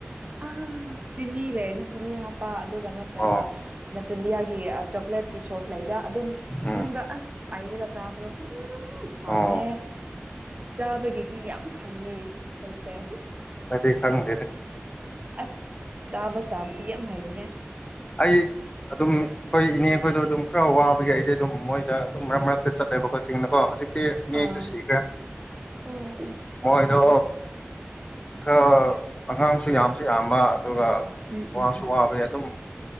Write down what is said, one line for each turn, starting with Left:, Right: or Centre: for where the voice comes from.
Right: ꯑ ꯆꯤꯅꯤ ꯂꯩꯔꯗꯤ ꯆꯤꯅꯤ ꯍꯥꯞꯄ ꯑꯗꯨꯒ ꯅꯠꯇ꯭ꯔꯒ
Left: ꯑꯣ
Right: ꯅꯠꯇ꯭ꯔꯒꯤ ꯒꯤ ꯆꯣꯀ꯭ꯂꯦꯠꯀꯤ ꯁꯣꯁ ꯂꯩꯔ ꯑꯗꯨꯝ
Left: ꯎꯝ
Right: ꯅꯨꯡꯗ ꯑꯁ ꯄꯥꯏꯔꯒ ꯆꯕ꯭ꯔꯣ ꯎ ꯍꯥꯎꯕꯅꯦ
Left: ꯑꯣ
Right: ꯆꯥꯕꯒꯤꯗꯤ ꯌꯥꯝ ꯈꯪꯉꯦ ꯑꯩꯈꯣꯏꯁꯦ
Left: ꯀꯗꯤ ꯈꯪꯗꯦꯗ
Right: ꯑꯁ ꯆꯥꯕ ꯇꯥꯕꯗꯤ ꯌꯥꯝ ꯍꯩꯔꯨꯅꯦ
Left: ꯑꯩ ꯑꯗꯨꯝ ꯑꯩꯈꯣꯏ ꯏꯅꯦ ꯈꯈꯣꯏꯗꯣ ꯑꯗꯨꯝ ꯈꯔ ꯋꯥꯕꯒꯤ ꯑꯩꯗꯤ ꯑꯗꯨꯝ ꯃꯣꯏꯗ ꯑꯗꯨꯝ ꯃꯔꯛ ꯃꯔꯛꯇ ꯆꯠꯂꯦꯕꯀꯣ ꯆꯤꯡꯅꯀꯣ ꯍꯧꯖꯤꯛ ꯦ ꯏꯅꯦ
Right: ꯑꯥ
Left: ꯑꯩꯁꯨ ꯁꯤꯈ꯭ꯔꯦ
Right: ꯑꯣ ꯑꯣ
Left: ꯃꯣꯏꯗꯣ ꯑ ꯑꯉꯥꯡꯁꯨ ꯌꯥꯝꯁꯨ ꯌꯥꯝ <inaudible> ꯑꯗꯨꯒ
Right: ꯎꯝ ꯎꯝ
Left: ꯋꯥꯁꯨ
Right: ꯎꯝ
Left: ꯋꯥꯕꯒꯤ ꯑꯗꯨꯝ